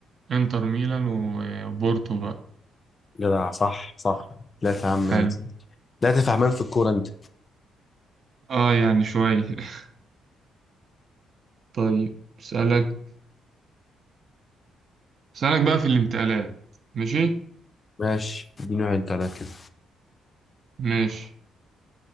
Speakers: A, on the right; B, on the left.
A: انتر ميلان و- وبورتو بقى
B: جدع صح صح لا يا عم
A: حلو
B: لا تفهمان في الكورة أنت.
A: اه يعني شوية <laughs> طيب اسألك اسألك بقى في الانتقالات ماشي
B: ماشي اديني انت على كده
A: ماشي